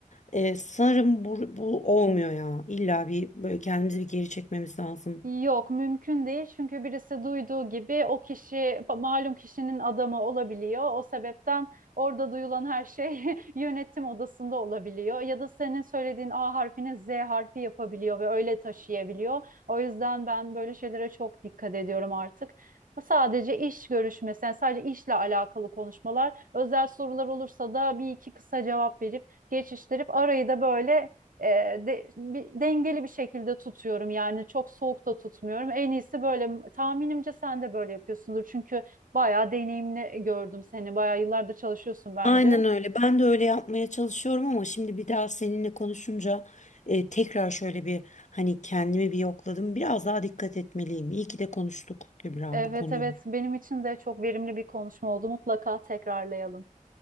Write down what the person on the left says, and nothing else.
e, sanırım bu, bu olmuyor ya. İlla bir böyle kendimizi bir geri çekmemiz lazım.
Aynen öyle. Ben de öyle yapmaya çalışıyorum ama şimdi bir daha seninle konuşunca e, tekrar şöyle bir hani kendimi bir yokladım. Biraz daha dikkat etmeliyim. İyi ki de konuştuk Kübra
bu konuyu.